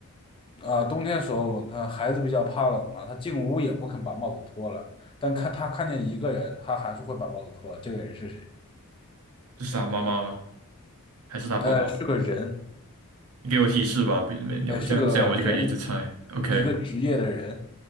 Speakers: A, on the left (about 20°); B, on the right (about 75°).
A: 啊、冬天的时候，他孩子比较怕冷嘛，他进屋也不肯把帽子脱了。但看他看见一个人，他还是会把帽子脱了。这个人是谁？
B: 就是他妈妈吗？还是他爸爸？
A: 呃，是个人，
B: 你给我提示吧，不没有这样这样我就可以一直猜。
A: 哎，是个人，
B: OK，
A: 一个职业的人，